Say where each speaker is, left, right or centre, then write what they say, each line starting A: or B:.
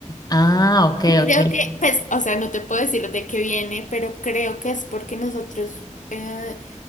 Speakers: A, on the left; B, on the left.
A: Ah, ok,
B: Y
A: ok,
B: creo que, pues, o sea, no te puedo decir de qué viene, pero creo que es porque nosotros eh,